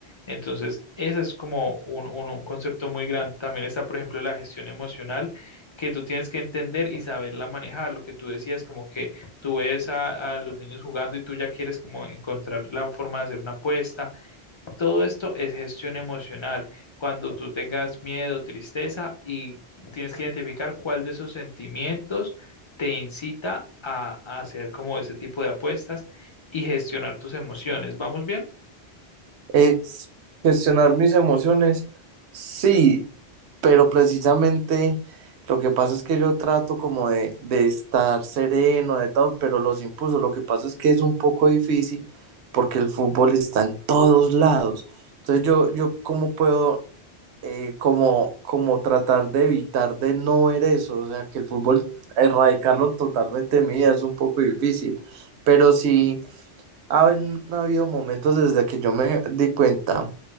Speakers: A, on the left; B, on the right.
A: Entonces, ese es como un, un- un concepto muy grande. También está, por ejemplo, la gestión emocional que tú tienes que entender y saberla manejar. Lo que tú decías, como que tú ves a, a los niños jugando y tú ya quieres como encontrar la forma de hacer una apuesta. Todo esto es gestión emocional. Cuando tú tengas miedo, tristeza y tienes que identificar cuál de esos sentimientos te incita a, a hacer como ese tipo de apuestas y gestionar tus emociones. ¿Vamos bien?
B: Eh, gestionar mis emociones, sí, pero precisamente lo que pasa es que yo trato como de, de estar sereno, de todo, pero los impulsos, lo que pasa es que es un poco difícil porque el fútbol está en todos lados. Entonces yo, yo cómo puedo eh, como, como tratar de evitar de no ver eso, o sea, que el fútbol erradicarlo totalmente de mi vida es un poco difícil, pero sí ha, ha habido momentos desde que yo me di cuenta